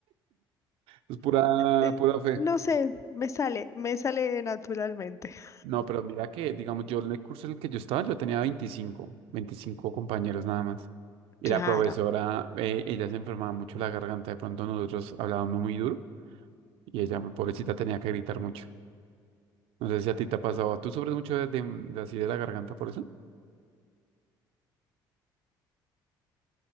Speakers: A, on the right; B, on the left.
A: Es pura,
B: eh,
A: pura fe.
B: no sé, me sale, me sale naturalmente. <laughs>
A: No, pero mira que, digamos, yo en el curso en el que yo estaba, yo tenía veinticinco veinticinco compañeros nada más. Y
B: Claro,
A: la profesora, eh, ella se enfermaba mucho la garganta, de pronto nosotros hablábamos muy duro y ella, pobrecita, tenía que gritar mucho. No sé si a ti te ha pasado, ¿tú sufres mucho de, de- de así de la garganta por eso?